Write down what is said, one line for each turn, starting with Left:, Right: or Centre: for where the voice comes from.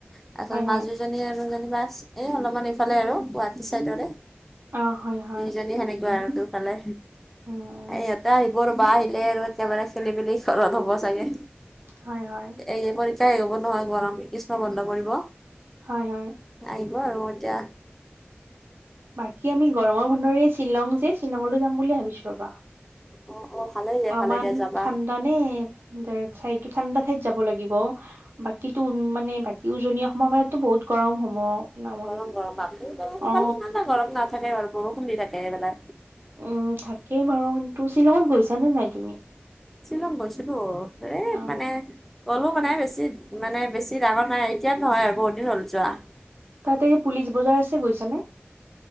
Centre: তাৰপিছত
Right: হয়
Centre: মাজুজনী
Right: হয়
Centre: আৰুজনী বাছ এ অলপমান এইফালে আৰু গুৱাহাটী চাইদৰে
Right: অ হয় হয়
Centre: দুইজনী সেনেকুৱা আৰু তোক ভালে
Right: উম,
Centre: ইহঁতে আহিব আৰু ৰবা আহিলে আৰু একেবাৰে খেলি মেলি ঘৰত হ'ব চাগে।
Right: হয় হয়
Centre: এই পৰীক্ষা শেষ হ'ব নহয় গৰম গ্ৰীষ্ম বন্ধ পৰিব।
Right: হয় হয়
Centre: আহিব আৰু এতিয়া।
Right: বাকী আমি গৰমৰ বন্ধৰে শ্বিলং যে শ্বিলংলৈ যাম বুলি ভাবিছো ৰবা।
Centre: অ', অ', ভালে দিয়া
Right: অমান
Centre: ভালে দিয়া যাবা।
Right: ঠাণ্ডা নে <unintelligible> ঠাণ্ডা থাইত যাব লাগিব বাকীটো উ মানে বাকী উজনি অসমৰ ফালতো বহুত গৰম হ'ব। নামনিত
Centre: গৰম গৰম বাপনি সফালে
Right: অ
Centre: গৰম নাথাকে বাৰু বৰষুণ দি থাকে সেইফালে।
Right: উম থাকেই বাৰু কিন্তু শ্বিলঙত গৈছানে নাই তুমি?
Centre: শ্বিলং গৈছিলো এ
Right: অ
Centre: মানে অলপ নাই বেছি মানে বেছি ডাঙৰ নাই এতিয়া নহয় আৰু বহুত দিন হ'ল যোৱা।
Right: তাতে পুলিচ বজাৰ আছে গৈছানে?